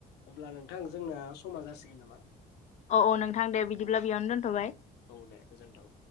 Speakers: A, on the left; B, on the left.
A: अब्ला नोंथां जोंना समा जासिगोन नामा?
B: अ औ नोंथां दे बिदिब्ला
A: औ
B: बेयावनो दोनथ'बाय।
A: औ दे गोजोनथों